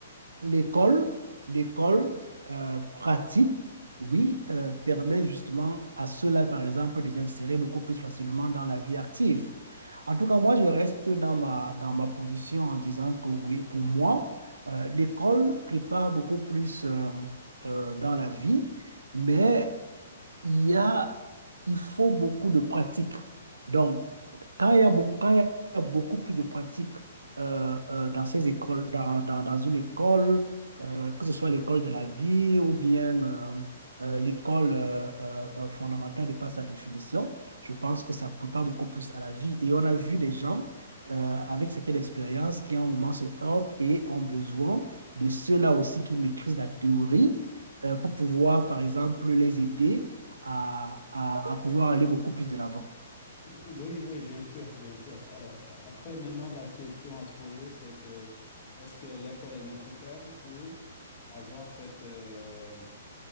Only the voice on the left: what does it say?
Oui, oui, bien sûr, bien sûr. Alors, euh, après, maintenant, la question à se poser, c'est que est-ce que l'école est nécessaire pour avoir cette, euh,